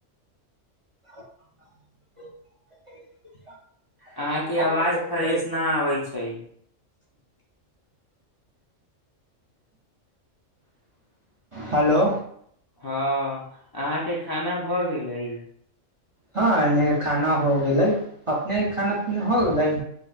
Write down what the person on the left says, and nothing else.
अहाँके
आवाज
फ्रेश
न आबै छै
हँ अहाँके खाना भऽ गेलै